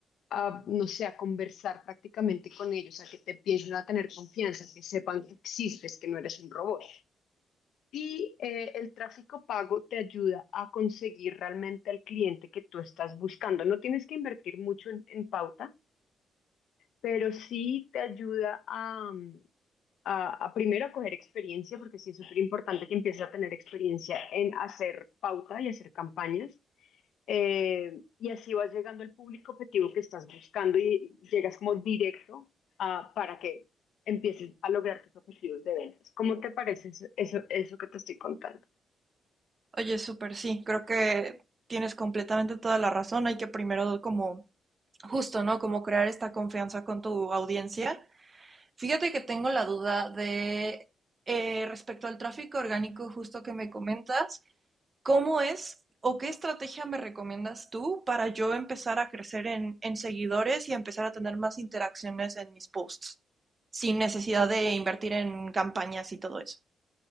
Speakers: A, on the left; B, on the right.
A: a, no sé, a conversar prácticamente con ellos, a que te empiecen a tener confianza, que sepan que existes, que no eres un robot. Y eh, el tráfico pago te ayuda a conseguir realmente al cliente que tú estás buscando. No tienes que invertir mucho en, en pauta, pero sí te ayuda a a, a primero a coger experiencia, porque sí es súper importante que empieces a tener experiencia en hacer pauta y hacer campañas. eh, y así vas llegando al público objetivo que estás buscando y llegas como directo a- para que empieces a lograr tus objetivos de ventas. ¿Cómo te parece eso, eso, eso que te estoy contando?
B: Oye, súper sí, creo que tienes completamente toda la razón. Hay que primero como justo, ¿no? Como crear esta confianza con tu audiencia Fíjate que tengo la duda de eh, respecto al tráfico orgánico justo que me comentas, ¿cómo es o qué estrategia me recomiendas tú para yo empezar a crecer en, en seguidores y empezar a tener más interacciones en mis posts sin necesidad de invertir en campañas y todo eso?